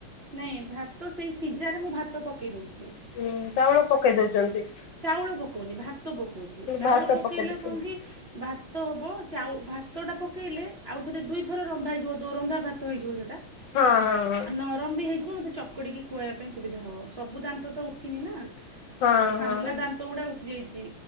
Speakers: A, on the right; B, on the left.
A: ନାଇଁ ଭାତ ସେଇ ସିଜାରେ ମୁଁ ଭାତ ପକେଇ ଦୋଉଚି।
B: ଉଁ ଚାଉଳ ପକେଇ ଦୋଉଚନ୍ତି।
A: ଚାଉଳ ପକୋଉନି ଭାତ ପକୋଉଚି ଚାଉଳ
B: ଭାତ
A: ପକେଇଲେ
B: ପକେଇ ଦଉଛନ୍ତି
A: କଣ କି ଭାତ ହେବ ଚାଉ ଭାତଟା ପକେଇଲେ ଆଉଥରେ ଦୁଇଥର ରନ୍ଧା ହେଇଯିବ ଦୋରନ୍ଧା ଭାତ ହେଇଯିବ ସେଟା
B: ହଁ ହଁ। ହଁ।
A: ଆଉ ନରମ ବି ହେଇଯିବ ମୋତେ ଚକଡିକି ଖୁଆଇବା ପାଇଁ ସୁବିଧା ହେବ। ସବୁ ଦାନ୍ତ ତ ଉଠିନି ନା
B: ହଁ
A: ଆଉ ସାମ୍ନା
B: ହଁ
A: ଦାନ୍ତ ଗୁଡା ଉଠି ଯାଇଚି